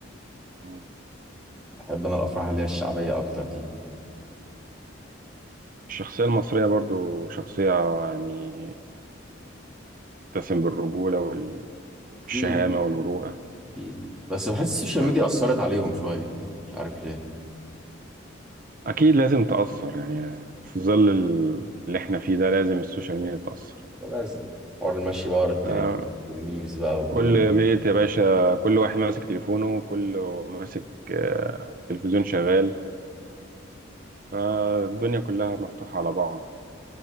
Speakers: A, on the right; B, in the centre.
A: مم.
B: بحب أنا الأفراح اللي هي الشعبية أكتر دي
A: الشخصية المصرية برضو شخصية يعني تسم بالرجولة
B: أكيد
A: والشهامة والمروءة
B: أكيد بس بحس السوشيال
A: تمام
B: ميديا أثرت عليهم شوية مش عارف ليه
A: أكيد لازم تأثر يعني في ظل ال- اللي احنا فيه ده لازم السوشيال ميديا تأثر
B: ولازم حوار المشي بقى ورا الترند
A: آه،
B: والميمز بقى وكل
A: كل بيت يا باشا كل واحد ماسك تليفونه كله ماسك آه، تلفزيون شغال فالدنيا كلها مفتوحة على بعض